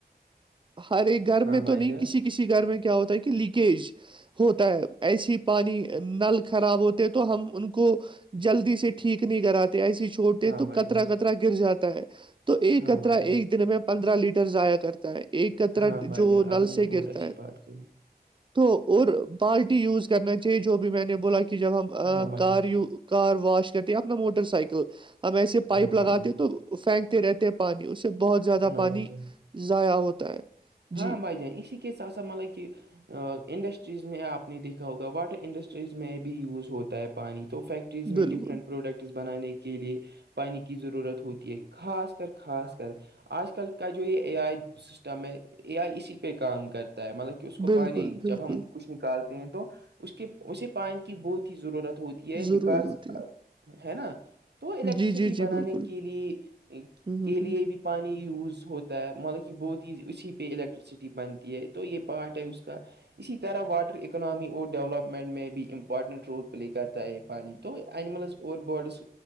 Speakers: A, on the right; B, on the right.
A: ہر ایک گھر
B: ہاں
A: میں
B: بھائی
A: تو نہیں
B: جان
A: کسی کسی گھر میں کیا ہوتا ہے کہ لییکیج ہوتا ہے ایسی پانی نل خراب ہوتے ہیں تو ہم ان کو جلدی سے ٹھیک نہیں کراتے ایسے چھوٹتے
B: ہاں
A: تو
B: بھائی
A: کطرا
B: جان
A: کطرا گر جاتا ہے تو ایکر
B: ہاں بھائی جان
A: میں پندرہ لیٹر ضائع کرتا ہے ایک کترا
B: ہاں
A: جو
B: بھائی جان
A: نل
B: آپ نے یہ
A: سے
B: بہت
A: گرتا
B: اچھی
A: ہے
B: بات کہی
A: تو اور بالٹی یوز کرنا چاہیے جو بھی میں نے بولا کہ جب ہم
B: ہاں بھائی
A: کار
B: جان
A: کار واش کرتے ہیں اپنا موٹر سائیکل ہم ایسے پائپ
B: ہاں بھائی
A: لگاتے
B: جان،
A: تو پھینکتے رہتے ہیں پانی اس کہ بہت زیادہ
B: ہاں
A: پانی
B: بھائی جان،
A: ضائع ہوتا ہے
B: ہاں
A: جی
B: بھائی جان اسی کی سے ساتھ مطلب کہ انڈسٹریز میں آپ نے دیکھا ہوگا واٹر انڈسٹریز میں بھی یوز ہوتا ہے پانی تو فیکٹ یز
A: بالکل،
B: میں ڈفرنٹ پروڈکٹس بنانک کے لیے پانی کی ضرورت ہوتی ہے خاص کر خاص کر آج کل کا جو یہ اے آئی سسٹم ہے اے آئی اسی پہ کام کرتا ہے مطلب اس کو
A: بالکل،
B: پان نہیں
A: بالکل،
B: جب ہم کچھ نکالتے ہیں تو اس کے اسے پانی کی بہت ہی ضرورت ہوتی ہے
A: ضرورت
B: بکاز
A: ہوتی ہے۔
B: ہے نا تو الیکٹرسٹی
A: جی، جی،
B: بنانے
A: جی، بالکل،
B: کے لیے
A: ہوں، ہوں،
B: کے لیے
A: ہوں،
B: بھی پانی یوز ہوتا ہے مطلب کہ بہت اسی پہ الیکٹرسٹی بنتی ہے تو یہ پارٹ ہے اس کا اسی طرح واٹر اکنامی اور ڈیولپمنٹ میں بھی امپورٹنٹ رول پلے کرتا ہے یہ پانی تو انینملز اور بڈس